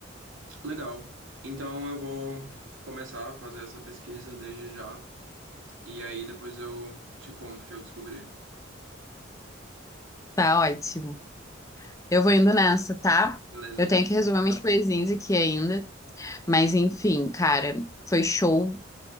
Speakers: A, on the right; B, on the left.
A: Legal. Então eu vou começar a fazer essa pesquisa desde já. E aí depois eu te conto o que eu descobri.
B: Tá ótimo. Eu vou indo nessa, tá?
A: Beleza?
B: Eu tenho que resolver minhas coisinhas aqui ainda, mas enfim, cara, foi show